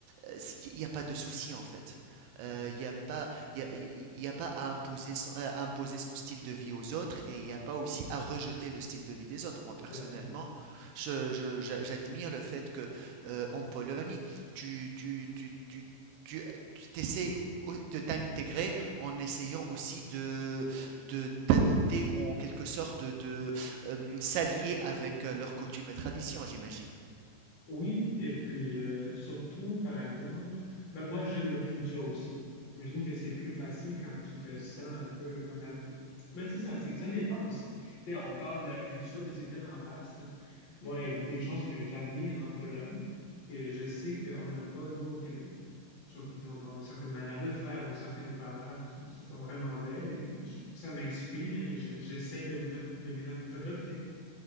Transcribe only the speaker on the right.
euh, Il n'y a pas de souci en fait. Euh,
Il n'y a pas, il y a, il y a pas à imposer son, à imposer son style de vie aux autres et il n'y a pas
aussi à rejeter le style de vie des autres. Moi personnellement,
je, je- j'a- j'admire le fait que euh, en Pologne, tu, tu, tu, tu, tu, tu t'essayes au- de t'intégrer en essayant aussi de, de, d'adopter ou en quelque sorte de, de euh, s'allier avec euh, leurs coutumes et traditions, j'imagine.